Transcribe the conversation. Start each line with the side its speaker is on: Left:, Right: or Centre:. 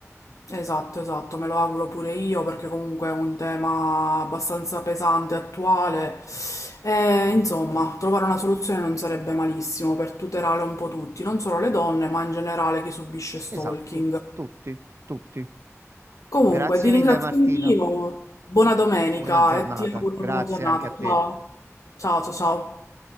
Left: Esatto, esatto, me lo auguro pure io perché comunque è un tema abbastanza pesante, attuale e insomma trovare una soluzione non sarebbe malissimo per tutelare un po' tutti, non solo le donne ma in generale chi subisce stalking.
Right: Esatto, tutti, tutti.
Left: Comunque
Right: Grazie
Left: ti ringrazio
Right: mille Martina.
Left: anch'io, buona domenica
Right: Buona giornata,
Left: e ti auguro
Right: grazie
Left: una buona giornata.
Right: anche a
Left: Ciao,
Right: te.
Left: ciao, ciao. ciao.